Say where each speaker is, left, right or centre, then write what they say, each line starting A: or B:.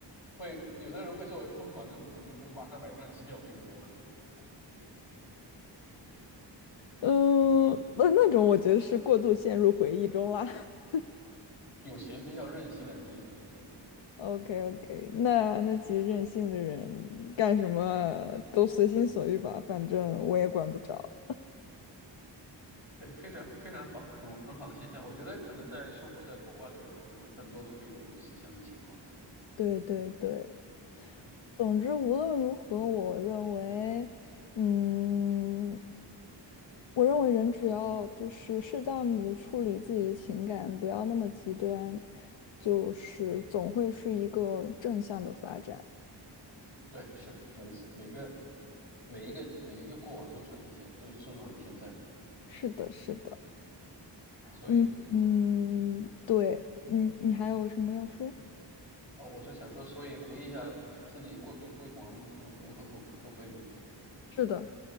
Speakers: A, on the left; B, on the left.
A: 会有的人会作为疯狂的主动，就说马上买张机票回国。
B: 嗯，那那种我觉得是过度陷入回忆中啦。<laughs>
A: 有钱比较任性的人有，对
B: OK OK，那那其实任性的人干什么都随心所欲吧，反正我也管不着。
A: 对，非常非常好的，很很好的现象。我觉得可能在生活在国外的人，可能会更多的会有这种思乡的情况。
B: 对对对，
A: 嗯，
B: 总之无论如何，我认为，嗯，我认为人只要就是适当的处理自己的情感，不要那么极端，就是总会是一个正向的发展。
A: 对，是每一次每个每一个每一个过往都是你现都塑造你现在，
B: 是的，是的。
A: 所以
B: 嗯嗯，对，嗯，你还有什么要说？
A: 哦，我是想说，所以回忆一下自己过去辉煌是无可厚厚非的。
B: 是的，